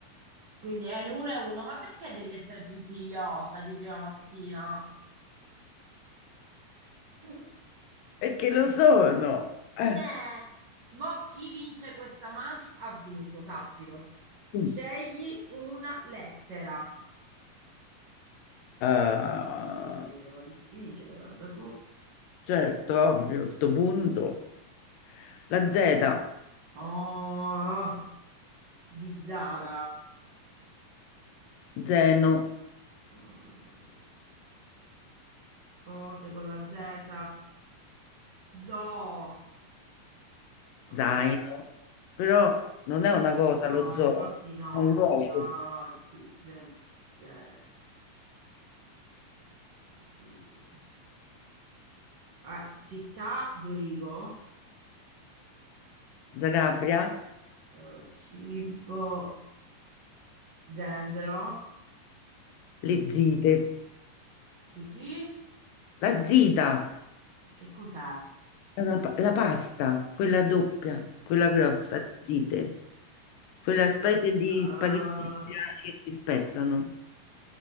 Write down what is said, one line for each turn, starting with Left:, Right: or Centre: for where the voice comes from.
Right: Quindi è uno e uno, ma perché devi essere puntigliosa di prima mattina? <laughs>
Left: perché lo sono. Eh.
Right: Ne, mo chi vince questa manche ha vinto, sappilo.
Left: Mm.
Right: Scegli una lettera.
Left: Ah,
Right: Non ne va a scegliere una difficile, guarda tu.
Left: certo, ovvio, sto punto. La Z,
Right: Oh, di Zara.
Left: zeno,
Right: Mm, Cose con la Z. Zoo. È un
Left: zaino,
Right: luogo. sì.
Left: però non
Right: Eh,
Left: è una cosa
Right: No,
Left: lo zoo,
Right: infatti no.
Left: è un luogo.
Right: Zo- z- z- z- sì. Ah, città, Zurigo.
Left: Zagabria,
Right: Eh, cibo, zenzero.
Left: <laughs> le zite,
Right: Chi chi?
Left: la zita,
Right: Che cos'è?
Left: è una pa- la pasta, quella doppia, quella
Right: Mm,
Left: grossa, zite, quella specie di
Right: eh,
Left: spaghetti siciliani che si spezzano.